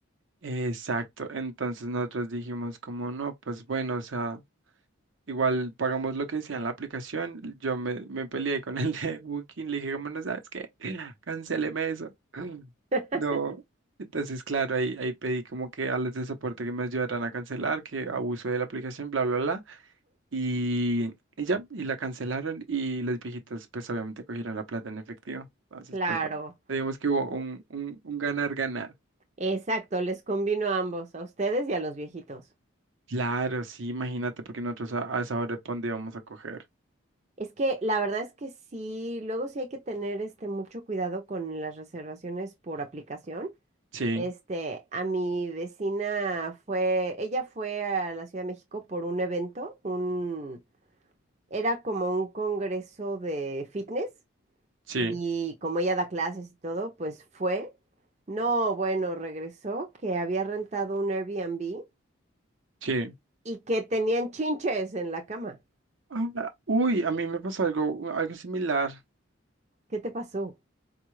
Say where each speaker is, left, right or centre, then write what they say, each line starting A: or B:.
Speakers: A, on the right; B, on the right.
A: Exacto. Entonces nosotros dijimos como no, pues bueno, o sea, igual pagamos lo que decía en la aplicación. Yo me, me peleé con el de Booking, le dije como no sabes qué, <laughs> cancéleme eso. <sniffs> <clears throat>
B: <laughs>
A: No. Entonces, claro, ahí, ahí pedí como que a los de soporte que me ayudaran a cancelar, que abuso de la aplicación, bla, bla, bla. Y, y ya, y la cancelaron y los viejitos pues obviamente cogieron la plata en efectivo. Entonces,
B: Claro,
A: pues bueno, digamos que hubo un, un, un ganar, ganar.
B: exacto, les convino a ambos, a ustedes y a los viejitos.
A: Claro, sí, imagínate, porque nosotros a, a esa hora de dónde íbamos a coger.
B: Es que la verdad es que sí, luego sí hay que tener este mucho cuidado con las reservaciones por aplicación.
A: Sí,
B: Este, a mi vecina fue, ella fue a la Ciudad de México por un evento, un, era como un congreso de fitness
A: sí,
B: y como ella da clases y todo, pues fue. No, bueno, regresó que había rentado un Airbnb
A: sí.
B: y que tenían chinches en la cama.
A: Ah, uy, a mí me pasó algo, algo similar.
B: ¿Qué te pasó?